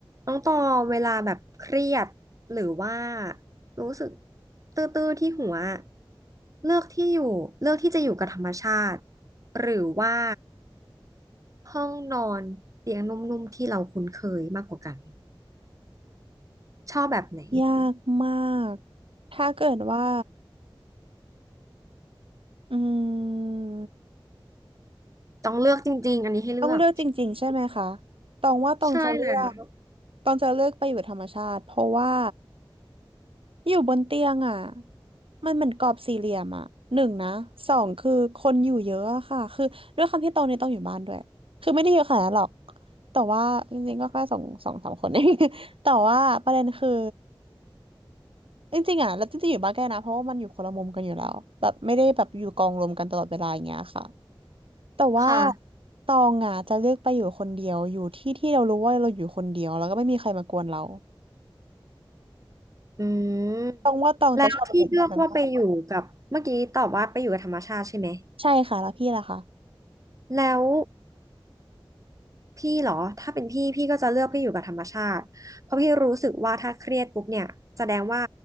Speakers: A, on the right; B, on the right.
A: น้องตอเวลาแบบเครียดหรือว่ารู้สึกตื้อๆที่หัวเลือกที่อยู่เลือกที่จะอยู่กับธรรมชาติหรือว่าห้องนอนเตียงนุ่มๆที่เราคุ้นเคยมากกว่ากันชอบแบบไหน
B: ยากมาก ถ้าเกิดว่าอืม
A: ต้องเลือกจริงๆอันนี้ให้เลือก
B: ต้องเลือกจริงๆใช่ไหมคะตองว่าตองจะเลือก
A: ใช่แล้ว
B: ตองจะเลือกไปอยู่ธรรมชาติเพราะว่า อยู่บนเตียงอ่ะมันเหมือนกรอบสี่เหลี่ยมอ่ะหนึ่งนะสองคือคนอยู่เยอะอะค่ะคือด้วยความที่โตเนี่ยต้องอยู่บ้านด้วยคือไม่ได้เยอะขนาดนั้นหรอกแต่ว่าจริงๆก็แค่สองสองสามคนเอง <laughs> แต่ว่าประเด็นคือจริงๆอ่ะแล้วจริงๆอยู่บ้านแกล้นะเพราะว่ามันอยู่คนละมุมกันอยู่แล้วแบบไม่ได้แบบอยู่กองรวมกันตลอดเวลาอย่างเงี้ยค่ะแต่ว่า
A: ค่ะ
B: ตองอ่ะจะเลือกไปอยู่คนเดียวอยู่ที่ที่เรารู้ว่าเราอยู่คนเดียวแล้วก็ไม่มีใครมากวนเรา
A: อืม
B: ตองว่าตองจะชอบแบบนั้นมาก
A: แล้วที่เลือกว่าไปอยู่กับเมื่อกี้ตอบว่าไปอยู่กับธรรมชาติใช่ไหม
B: ใช่ค่ะแล้วพี่ล่ะคะ
A: แล้ว พี่เหรอถ้าเป็นพี่พี่ก็จะเลือกพี่อยู่กับธรรมชาติเพราะพี่รู้สึกว่าถ้าเครียดปุ๊บเนี่ยแสดงว่า